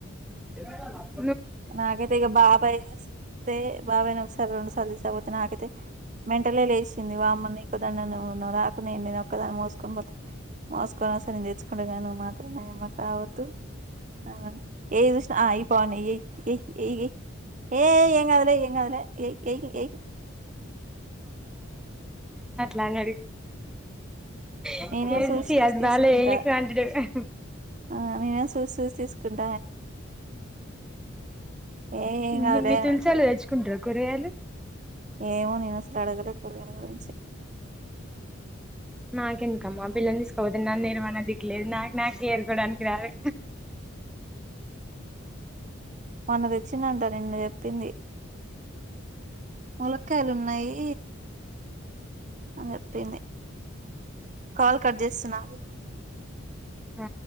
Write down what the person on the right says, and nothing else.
నాకైతే ఇక బాబాయ్ అస్తే బాబాయిని ఒకసారి రెండు సార్లు తీసుకపోతే నాకైతే మెంటలే లేచింది వామ్మనిక్ నువ్వు ఒక్కదానివే నువ్వు నే రాకు నె నేను ఒక్కదాన్ని మోసుకొని పోత మోసుకొనొస్త నేను తెచ్చుకుండేదాని నువ్ త్రమే మడత రావొద్దు రావాకు ఎదుష్ణ అ అయిపోని ఇయ్యి ఇ ఇ ఏయ్ ఎంగాదులే ఎంగాదులే ఏయ్ ఏయ్
నేనేం చూసి
చూసి తీసుకుంటా
ఆ నేను ఎవో సూసి సూసి తీసుకుంట్ ఏ ఏం
కాదులే
అని
అంటాడు
ఏమో నేనసలు అడుగలే కూరాయల గురించే
మొన్న తెచ్చినంట నిన్న చెప్పింది ములక్కయలు ఉన్నాయీ అని చెప్పింది కాల్ కట్ చేస్తున్నాగు